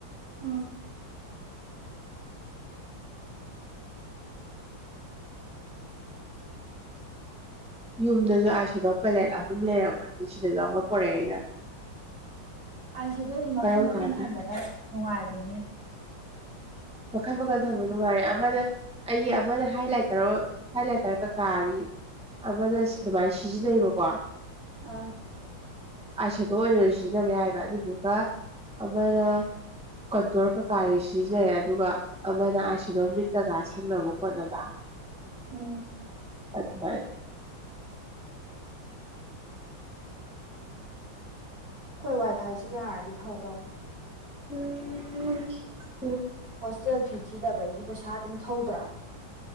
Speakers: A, on the right; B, in the centre.
A: ꯎꯝ
B: ꯌꯨꯝꯗꯁꯨ ꯑꯥꯢꯁꯤꯗꯣ ꯄꯦꯂꯦꯠ ꯑꯍꯨꯝ ꯂꯩꯔꯝꯒꯅꯤ ꯁꯤꯗꯁꯨ ꯑꯃ ꯄꯨꯔꯛꯑꯦ ꯑꯩꯅ
A: ꯑꯥꯏꯁꯦꯗꯣ ꯗꯤ ꯃꯈꯟ
B: ꯀꯔꯝ
A: ꯃꯈꯟ
B: ꯀꯥꯟꯗ
A: ꯊꯝꯕꯅꯦ ꯅꯨꯡꯉꯥꯏꯕꯅꯦꯍꯦ
B: ꯃꯈꯜ ꯃꯈꯜ ꯊꯝꯕ ꯅꯨꯡꯉꯥꯏꯔꯦ ꯑꯃꯅ ꯑꯩꯒꯤ ꯑꯃꯅ ꯍꯥꯏ ꯂꯥꯏꯇꯔ ꯍꯥꯏ ꯂꯥꯏꯇꯔ ꯀꯀꯥꯒꯤ ꯑꯃꯗ ꯑꯗꯨꯃꯥꯏꯅ ꯁꯤꯖꯤꯟꯅꯩꯕꯀꯣ
A: ꯑꯥ
B: ꯑꯥꯏ ꯁꯦꯗꯣ ꯑꯣꯏꯅꯁꯨ ꯁꯤꯖꯤꯟꯅꯕ ꯌꯥꯏꯑꯕ ꯑꯗꯨꯗꯨꯒ ꯑꯃꯅ ꯀꯟꯇꯣꯔ ꯀꯀꯥꯒꯤ ꯁꯤꯖꯤꯟꯅꯩ ꯑꯗꯨꯒ ꯑꯃꯅ ꯑꯥꯢꯁꯤꯗꯣ ꯃꯤꯠ ꯀꯩꯀꯥ ꯁꯪꯅꯕ ꯈꯣꯠꯅꯕ
A: ꯎꯝ
B: ꯑꯗꯨꯃꯥꯢ
A: ꯈꯣꯏ ꯋꯥꯏ ꯐꯥꯏꯁꯤ ꯌꯥꯔꯗꯤ ꯐꯗꯧꯅꯦ
B: ꯎꯝꯝꯝ
A: ꯍꯣꯁꯇꯦꯜ ꯐꯤ ꯊꯤꯗꯕꯩꯅꯤ ꯄꯩꯁꯥ ꯑꯗꯨꯝ ꯊꯧꯗ꯭ꯔꯥ